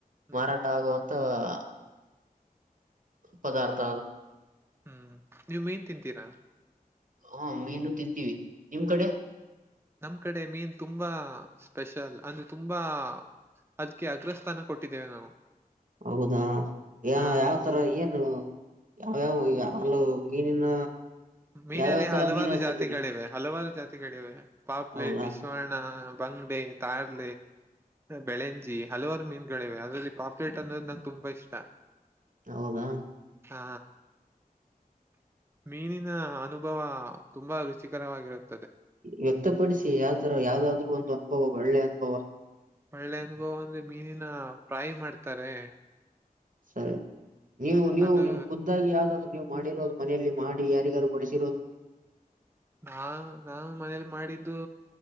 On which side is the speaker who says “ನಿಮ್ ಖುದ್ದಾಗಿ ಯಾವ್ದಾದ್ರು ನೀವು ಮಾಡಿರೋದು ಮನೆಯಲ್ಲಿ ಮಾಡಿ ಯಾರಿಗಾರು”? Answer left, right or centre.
Right